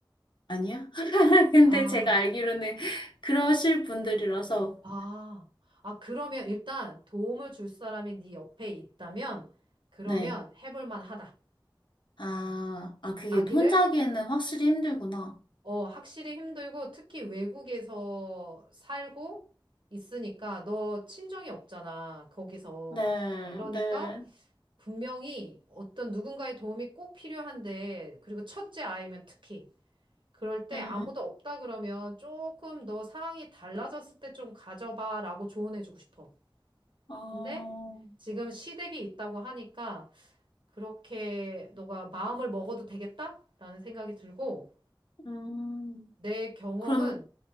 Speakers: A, on the left; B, on the right.
A: 아니야? <laughs> 근데
B: 아,
A: 제가 알기로는 그러실 분들이라서.
B: 아, 아, 그러면 일단 도움을 줄 사람이 네 옆에 있다면 그러면
A: 네.
B: 해볼 만하다.
A: 아, 아, 그게
B: 아기를
A: 혼자 하기에는 확실히 힘들구나.
B: 어, 확실히 힘들고 특히 외국에서 살고 있으니까 너 친정이 없잖아, 거기서.
A: 네,
B: 그러니까
A: 네.
B: 분명히 어떤 누군가의 도움이 꼭 필요한데, 그리고 첫째 아이면 특히. 그럴 때
A: 음,
B: 아무도 없다 그러면 조금 너 상황이 달라졌을 때 좀 가져봐라고 조언해주고 싶어.
A: 어,
B: 근데 지금 시댁이 있다고 하니까 그렇게 너가 마음을 먹어도 되겠다라는 생각이 들고,
A: 음,
B: 내 경험은
A: 그럼,